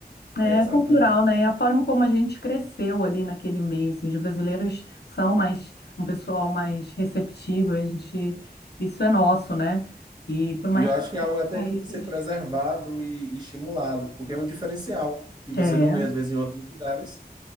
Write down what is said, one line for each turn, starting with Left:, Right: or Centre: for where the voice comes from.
Left: É
Right: É, exatamente.
Left: cultural, né? A forma como a gente cresceu ali naquele meio, assim, os brasileiros são mais um pessoal mais receptivo, a gente, isso é nosso, né? E por mais
Right: E eu acho
Left: que os
Right: que é algo até
Left: países
Right: que tem que ser preservado e e estimulado, porque é um diferencial que você
Left: é,
Right: não vê, às vezes, em outros lugares.